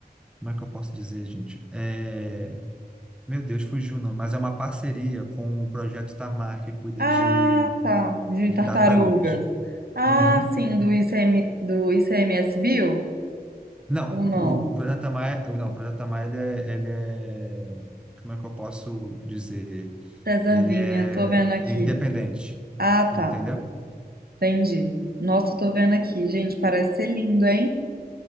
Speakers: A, in the centre; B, on the right.
A: Como é que eu posso dizer, gente? É, meu Deus, fugiu não, mas é uma parceria com o Projeto Tamar, que cuida
B: Ah,
A: de
B: tá. De
A: de
B: tartarugas.
A: tartarugas.
B: Ah,
A: Uhum.
B: sim, do ICM, do ICMS Bill?
A: Não,
B: Ou não?
A: o, o Projeto Maia, não, o Projeto Maia, ele é, ele é, como é que eu posso dizer?
B: César
A: Ele
B: Vinha,
A: é
B: tô vendo aqui.
A: independente,
B: Ah, tá.
A: entendeu?
B: Entendi. Nossa, tô vendo aqui. Gente, parece ser lindo, hein?